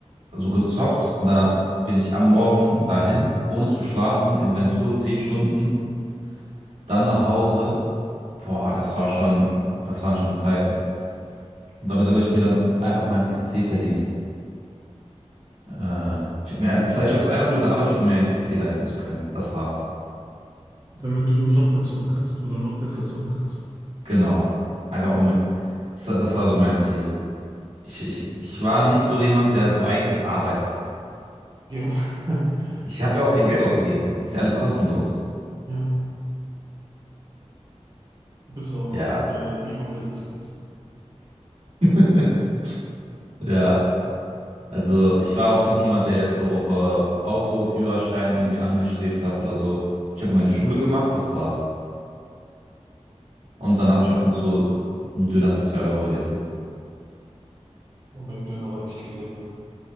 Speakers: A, on the right; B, on the right.
A: so gezockt und da bin ich am Morgen dahin, ohne zu schlafen, Inventur 10 Stunden, dann nach Hause. Boah, das war schon, das waren schon Zeiten. Und damit habe ich mir dann einfach meinen PC verdient. Äh, ich habe mir, ein- das heißt, ich habe es einfach nur gearbeitet, um mir einen PC leisten zu können. Das war's.
B: damit du noch
A: Ich,
B: mehr zocken kannst oder noch besser
A: g-
B: zocken kannst.
A: genau. Einfach um, das war, das war so mein Ziel. Ich, ich, ich war nicht so jemand, der so eigentlich arbeitet.
B: Ja, <laughs>
A: Ich habe ja auch kein Geld ausgegeben. Ist ja alles kostenlos.
B: ja. Bis auf
A: Ja.
B: äh, League of Legends Skins.
A: <laughs> Ja. Also ich war auch nicht jemand, der jetzt so äh, Auto, Führerschein irgendwie angestrebt hat oder so. Ich habe meine Schule gemacht, das war's. Und dann habe ich ab und zu einen Döner für zwei Euro gegessen.
B: Und McDöner war echt Legende. <laughs>